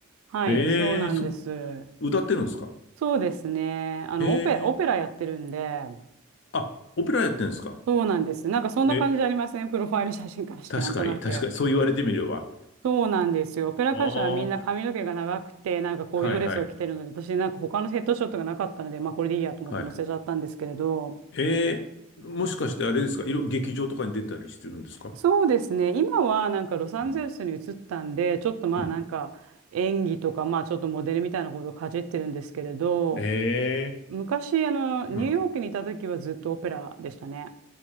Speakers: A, on the right; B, on the left.
A: はい、
B: ええそう、
A: そうなんです。
B: 歌ってるんですか。
A: そうですね。あの、
B: ええ
A: オペ、オペラやってるんで、
B: あ、オペラやってるんですか。
A: そうなんです。なんかそんな感じじゃありませんプロファイル写真からして、
B: え、確かに、
A: なんとなく。
B: 確かに、そう言われてみれば。
A: そうなんですよ。オペラ歌手はみんな髪の毛が長くて、
B: ああ、
A: なんかこういうドレスを着てるので、
B: はいはい、
A: 私なんか他のヘッドショットがなかったので、まあこれでいいやと思って載せちゃったんですけれど、
B: はい。ええもしかしてあれですか、いろ、劇場とかに出たりしてるんですか。
A: そうですね。今はなんかロサンゼルスに移ったんで、
B: うん。
A: ちょっとまあなんか演技とか、
B: うん。
A: まあちょっとモデルみたいなことをかじってるんですけれど、
B: ええ
A: 昔あのニューヨークにいた時はずっとオペラでしたね。
B: うん。